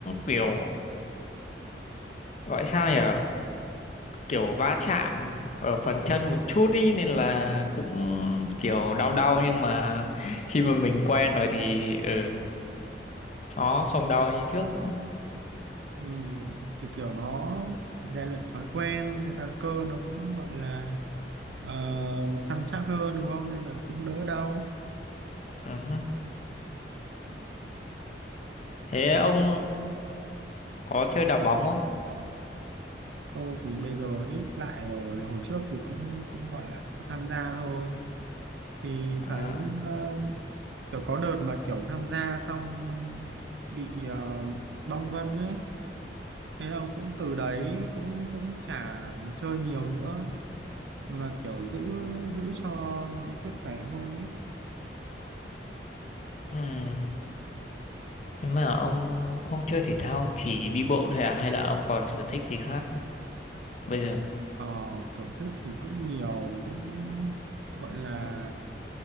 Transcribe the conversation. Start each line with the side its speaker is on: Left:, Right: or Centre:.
Left: kiểu gọi sao nhỉ kiểu va chạm ở phần chân một chút ý nên là cũng kiểu đau đau nhưng mà khi mà mình quen rồi thì ừ nó không đau như trước nữa
Right: ừ, thì kiểu nó rèn luyện thói quen thế là cơ nó cũng gọi là ờ, săn chắc hơn đúng không nên là cũng đỡ đau
Left: Ừ hứ. Thế ông có chơi đá bóng không?
Right: Tôi thì bây giờ ít lại rồi, hồi trước thì cũng cũng gọi là có tham gia thôi. Thì
Left: À,
Right: thấy ờ, kiểu có đợt mà kiểu tham gia xong bị ờ, bong gân ấy. Thế là cũng từ đấy cũng cũng chả chơi nhiều nữa mà kiểu giữ giữ cho sức khỏe hơn ấy.
Left: ừm. Thế mà ông không chơi thể thao, ông chỉ đi bộ thôi à? Hay là ông còn sở thích gì khác bây giờ?
Right: Ờ, sở thích thì cũng nhiều cũng gọi là